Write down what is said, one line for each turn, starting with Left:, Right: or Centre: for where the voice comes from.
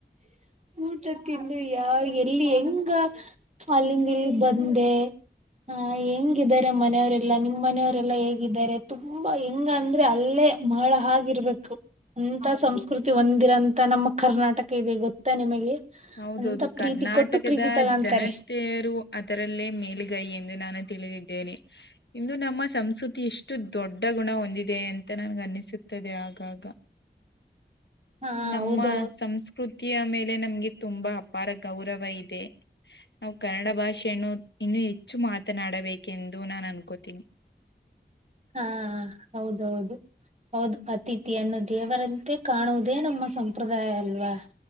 Right: ಊಟ ತಿಂದು ಯಾ. <unintelligible> ಇಲ್ಲಿ ಹೆಂಗ ಅಲ್ಲಿಂದ ಇಲ್ಲಿ ಬಂದೆ ಆ ಹೆಂಗಾರೆ ಮನೆಯ. ಎಲ್ಲಾ ನಿಮ್ ಮನೆಯವರೆಲ್ಲಾ ಹೇಗಿದ್ದಾರೆ ತುಂಬಾ ಹೆಂಗ ಅಂದ್ರೆ ಅಲ್ಲೇ ಮಹಳ ಆಗಿರಬೇಕು. ಅಂತ ಸಂಸ್ಕೃತಿ ಒಂದಿರಂತ ನಮ್ಮ ಕರ್ನಾಟಕ ಇದೆ ಗೊತ್ತಾ ನಿಮಗೆ
Left: ಹೌದೌದು
Right: ಅಂತ. ಪ್ರೀತಿ
Left: ಕರ್ನಾಟಕದ
Right: ಕೊಟ್ಟು ಪ್ರೀತಿ ತಗಂತಾರೆ.
Left: ಜನತೆಯರು ಅದರಲ್ಲೇ ಮೇಲುಗೈ ಎಂದು ನಾನು ತಿಳಿದಿದ್ದೇನೆ. ಇಂದು ನಮ್ಮ ಸಂಸ್ಕೃತಿ ಎಷ್ಟು ದೊಡ್ಡ ಗುಣ ಹೊಂದಿದೆ ಅಂತ ನನ್ಗ ಅನ್ನಿಸುತ್ತೆ. ಆಗಾಗ
Right: ಹಾ
Left: ನಮ್ಮ
Right: ಹೌದು
Left: ಸಂಸ್ಕೃತಿ. ಮೇಲೆ ನಮ್ಗೆ ತುಂಬಾ ಅಪಾರ ಗೌರವ ಇದೆ ನಾವು ಕನ್ನಡ ಭಾಷೆನು ಇನ್ನು ಹೆ. ಹೆಚ್ಚು ಮಾತನಾಡಬೇಕೆಂದು ನಾನು ಅನ್ಕೋತೀನಿ
Right: ಹಾ ಹೌದೌದು ಹೌದು ಅತಿಿ ವಿಯನ್ನು ದೇವರಂತೆ ಕಾಣುವುದೇ ನಮ್ಮ ಸಂಪ್ರದಾಯ ಅಲ್ವಾ